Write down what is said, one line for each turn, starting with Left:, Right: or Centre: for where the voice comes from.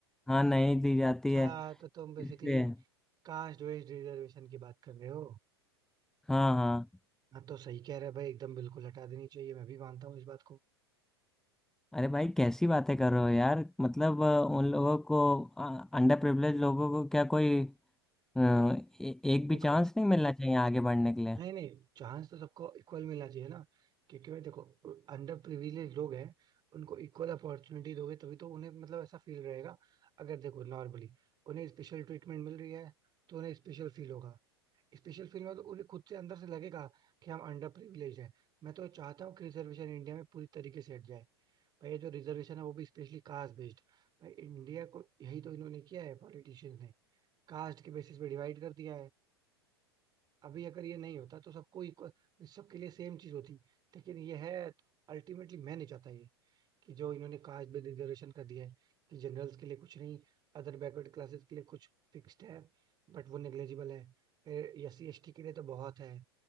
Centre: हाँ नहीं दी जाती
Right: अच्छा
Centre: है
Right: तो तुम बेसिकली
Centre: इसलिए
Right: कास्ट वेज रिजर्वेशन की बात कर रहे हो
Centre: हाँ हाँ
Right: हाँ तो सही कह रहे हो भाई एकदम बिल्कुल हटा देनी चाहिए मैं भी मानता हूँ इस बात को
Centre: अरे भाई कैसी बातें कर रहे हो यार मतलब अ, उन लोगों को अंडर प्रिविलेज लोगों को क्या कोई अ, ए, एक भी
Right: देखो
Centre: चांस नहीं मिलना चाहिए आगे बढ़ने के लिए
Right: नहीं नहीं चांस तो सबको इक्वल मिलना चाहिए ना क्योंकि भाई देखो अंडर प्रिविलेज लोग हैं उनको इक्वल अपॉर्चुनिटी दोगे तभी तो उन्हें मतलब ऐसा फील रहेगा अगर देखो नॉर्मली उन्हें स्पेशल ट्रीटमेंट मिल रही है तो उन्हें स्पेशल फील होगा स्पेशल फील में तो उन्हें खुद से अंदर से लगेगा कि हम अंडर प्रिविलेज है मैं तो चाहता हूँ कि रिजर्वेशन इंडिया में पूरी तरीके से हट जाए भाई ये जो रिजर्वेशन है वो भी स्पेशली कास्ट बेस्ड भाई इंडिया को यही तो इन्होंने किया है पॉलिटिशियंस ने कास्ट के बेसिस पे डिवाइड कर दिया है अभी अगर ये नहीं होता तो सबको equal- सबके लिए सेम चीज होती लेकिन ये है अल्टीमेटली मैं नहीं चाहता ये कि जो इन्होंने कास्ट बेस्ड रिजर्वेशन कर दिया है कि जनरल्स के लिए कुछ नहीं अदर बैकवर्ड क्लासेस के लिए कुछ फिक्स्ड है बट वो निग्लेजिबल है फिर एस सी एस टी के लिए तो बहुत है